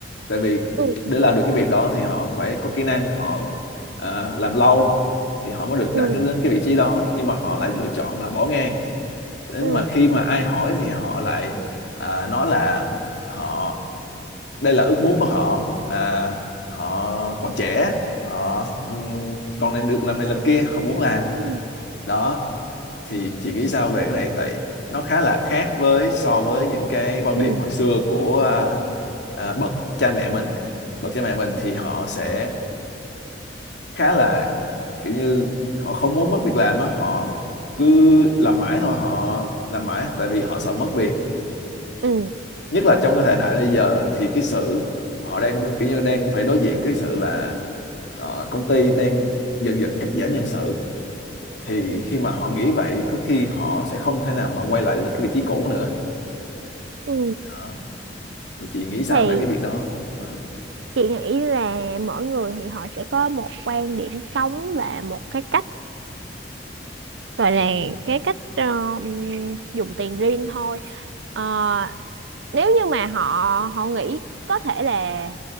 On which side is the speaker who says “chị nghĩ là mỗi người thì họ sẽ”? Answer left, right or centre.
Right